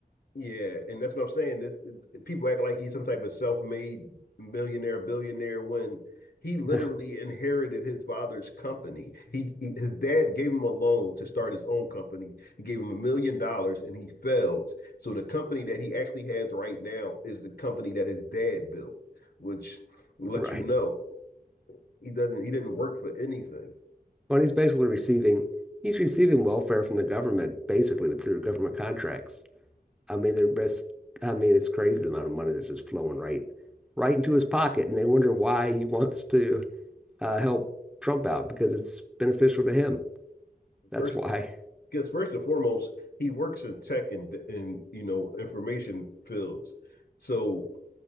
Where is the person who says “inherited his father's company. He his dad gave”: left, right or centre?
Left